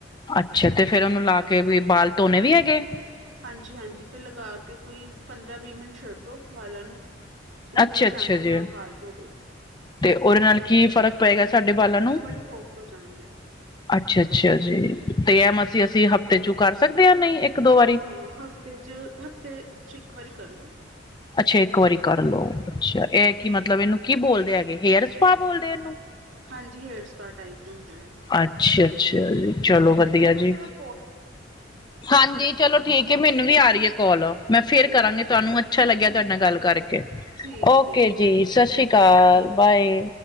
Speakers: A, on the left; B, on the right.
A: ਅੱਛਾ ਤੇ ਫੇਰ ਉਹਨੂੰ ਲਾ ਕੇ ਵੀ ਬਾਲ ਧੋਣੇੇ ਵੀ ਹੈਗੇ
B: ਹਾਂਜੀ- ਹਾਂਜੀ ਫਿਰ ਲਗਾ ਕੇ ਕੋਈ ਪੰਦਰਾਂ ਵੀਹ ਮਿੰਟ ਛੱਡ ਦੋ ਵਾਲਾਂ ਨੂੰ ਉਸ
A: ਅੱਛਾ,
B: ਤੋਂ ਬਾਅਦ ਸ਼ੈਂਪੂ
A: ਅੱਛਾ ਜੀ
B: ਨਾਲ ਵਾਲ ਧੋ ਦੋ
A: ਤੇ ਉਹਦੇ ਨਾਲ ਕੀ ਫ਼ਰਕ ਪਏਗਾ ਸਾਡੇ ਬਾਲਾਂ ਨੂੰ
B: ਬੜੇ ਸੋਫਟ ਹੋ ਜਾਣਗੇ
A: ਅੱਛਾ ਅੱਛਾ ਜੀ ਤੇ ਐ ਮ ਅਸੀਂ ਅਸੀਂ ਹਫ਼ਤੇ ਚੋਂ ਕਰ ਸਕਦੇ ਹਾਂ ਨਹੀਂ ਦੋ
B: ਹਾਂ
A: ਵਾਰੀ
B: -ਹਾਂ ਹਫ਼ਤੇ ਚ, ਹਫਤੇ ਚ ਇੱਕ ਵਾਰੀ ਕਰਲੋ
A: ਅੱਛਾ ਇੱਕ ਕਰ ਲਓ, ਅੱਛਾ ਇਹ ਕੀ ਮਤਲਬ ਇਹਨੂੰ ਕੀ ਬੋਲਦੇ ਹੈਗੇ ਹੇਅਰ ਸਪਾ ਬੋਲਦੇ ਇਹਨੂੰ
B: ਹਾਂਜੀ ਹੇਅਰ ਸਪਾ ਟਾਈਪ ਹੁੰਦਾ ਹੈ,
A: ਅੱਛਾ ਅੱਛਾ ਜੀ
B: ਹ
A: ਚਲੋ ਵਧੀਆ
B: ਮੈਨੂੰ ਨਾ
A: ਜੀ
B: ਜਿਹੜਾ
A: ਹਾਂਜੀ ਚਲੋ ਠੀਕ ਹੈ, ਮੈਨੂੰ ਵੀ ਆ ਰਹੀ ਹੈ ਕਾਲ, ਮੈਂ ਫਿਰ
B: ਚਲੋ
A: ਕਰਾਂਗੀ ਤੁਹਾਨੂੰ ਅੱਛਾ ਲੱਗਿਆ
B: ਠੀ
A: ਤੁਹਾਡੇ ਨਾਲ ਗੱਲ ਕਰਕੇ,
B: ਠੀਕ
A: ਓਕੇ
B: ਹੈ, ਠੀਕ ਹੈ,
A: ਜੀ, ਸਤਿ ਸ਼੍ਰੀ ਅਕਾਲ ਬਾਏ